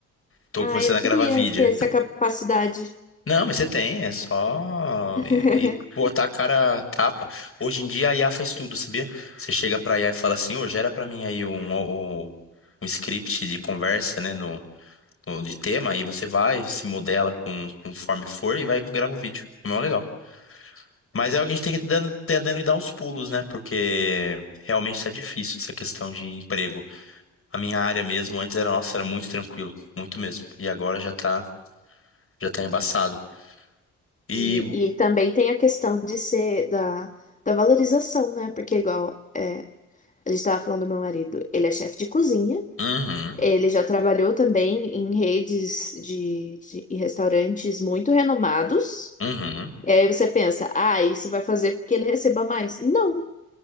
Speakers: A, on the left; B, on the left.
A: tô
B: Ah,
A: começando
B: eu
A: a
B: queria
A: gravar vídeo.
B: ter essa capacidade.
A: Não, mas você tem, é só
B: <laughs>
A: e- e botar a cara a tapa. Hoje em dia a IA faz tudo, sabia? Você chega pra IA e fala assim, ô, gera pra mim aí um, um, um script de conversa, né, no, no- de tema, aí você vai, se modela com, conforme for e vai gravar o vídeo. É mó legal. Mas é o que a gente tem que tá dando, tentando dar os pulos, né? Porque realmente está difícil essa questão de emprego. A minha área mesmo, antes era, nossa, era muito tranquilo, muito mesmo. E agora já tá, já tá embaçado. E,
B: E, e também tem a questão de ser da, da valorização, né? Porque, igual é, a gente estava falando do meu marido, ele é chefe de cozinha,
A: uhum,
B: ele já trabalhou também em redes de, de em restaurantes muito renomados.
A: uhum,
B: E aí você pensa, ah, isso vai fazer com que ele receba mais. Não.